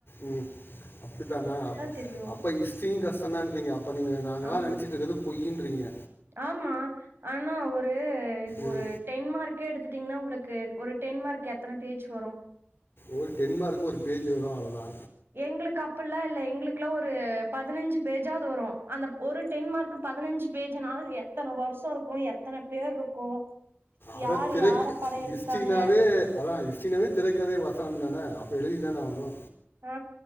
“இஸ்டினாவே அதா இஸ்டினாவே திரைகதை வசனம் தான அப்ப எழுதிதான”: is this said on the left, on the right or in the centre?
Left